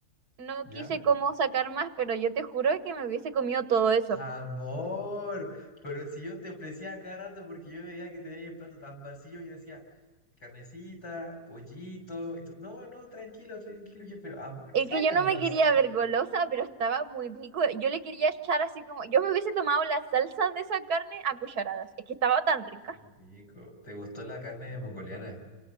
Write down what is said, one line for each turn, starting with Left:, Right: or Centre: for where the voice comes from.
Right: no
Left: ¿Ya?
Right: quise como sacar más, pero yo te juro que me hubiese comido todo eso.
Left: Amor, pero si yo te ofrecía a cada rato porque yo veía que tenía el plato tan vacío, yo decía, carnecita, pollito, y tú, no, no, tranquilo, tranquilo, yo, pero amor,
Right: Es
Left: saca
Right: que yo no
Left: nomás,
Right: me quería
Left: saca.
Right: ver golosa, pero estaba muy rico. Yo le quería echar así como, yo me hubiese tomado la salsa de esa carne a cucharadas. Es que estaba tan rica.
Left: Qué rico. ¿Te gustó la carne mongoliana?